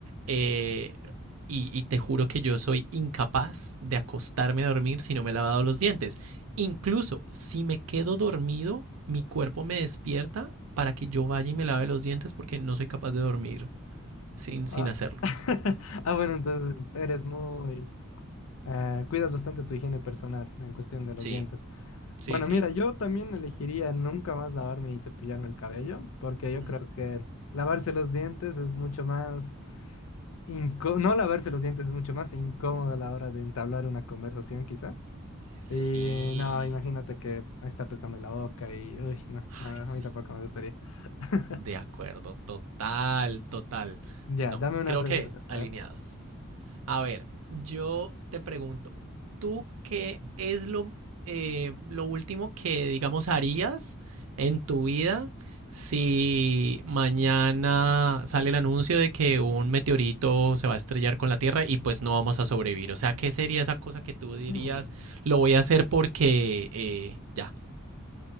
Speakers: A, on the right; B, on the left.
A: eh, y, y te juro que yo soy incapaz de acostarme a dormir si no me he lavado los dientes. Incluso si me quedo dormido, mi cuerpo me despierta para que yo vaya y me lave los dientes porque no soy capaz de dormir sin,
B: Ah,
A: sin hacerlo.
B: <laughs> ah, bueno, entonces eres muy... eh, cuidas bastante tu higiene personal en cuestión de
A: Sí,
B: los dientes.
A: sí,
B: Bueno,
A: sí.
B: mira, yo también elegiría nunca más lavarme y cepillarme el cabello, porque yo
A: Mm.
B: creo que lavarse los dientes es mucho más... inco- no lavarse los dientes es mucho más incómodo a la hora de entablar una conversación, quizá.
A: Sí.
B: Y no, imagínate que está apestando la boca y... Uy, no,
A: Ay,
B: no, a mí
A: sí.
B: tampoco me gustaría. <laughs>
A: De acuerdo, total, total.
B: Ya,
A: No,
B: dame una
A: creo
B: pregunta.
A: que
B: tú.
A: alineados.
B: A ver.
A: A ver, yo te pregunto, ¿tú qué es lo, eh, lo último que, digamos, harías en tu vida si mañana sale el anuncio de que un meteorito se va a estrellar con la Tierra y pues no vamos a sobrevivir? O sea, ¿qué sería esa cosa que tú dirías,
B: Mm,
A: lo voy a hacer porque eh, ya?